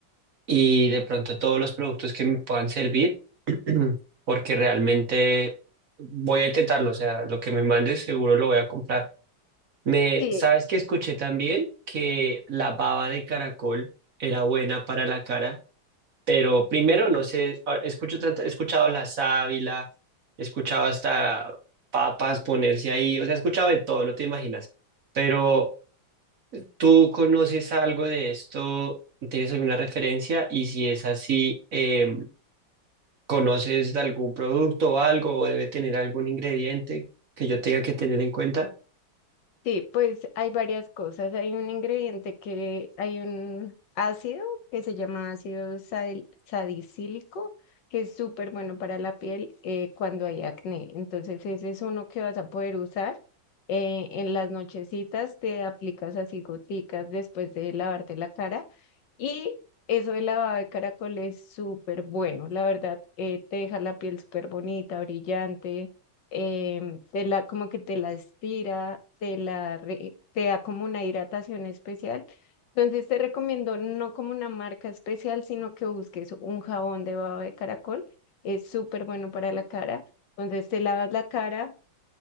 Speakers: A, on the right (about 50°); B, on the left (about 70°).
A: y de pronto todos los productos que me puedan servir, <clears throat> porque realmente voy a intentarlo, o sea, lo que me mandes seguro lo voy a comprar. Me,
B: sí
A: ¿sabes que escuché también? Que la baba de caracol era buena para la cara, pero primero no sé, a- escucho tanta- he escuchado la sábila, he escuchado hasta papas ponerse ahí, o sea, he escuchado de todo, no te imaginas, pero ¿Tú conoces algo de esto? ¿Tienes alguna referencia? Y si es así, em, ¿conoces de algún producto o algo o debe tener algún ingrediente que yo tenga que tener en cuenta?
B: Sí, pues hay varias cosas. Hay un ingrediente que, hay un ácido que se llama ácido sal- salicílico, que es súper bueno para la piel eh, cuando hay acné. Entonces ese es uno que vas a poder usar. eh, en las nochecitas te aplicas así goticas después de lavarte la cara y eso de lavado de caracol es súper bueno. La verdad, eh, te deja la piel súper bonita, brillante em, te la, como que te la estira, te la re- te da como una hidratación especial. Entonces te recomiendo no como una marca especial, sino que busques un jabón de baba de caracol. Es súper bueno para la cara. Entonces te lavas la cara,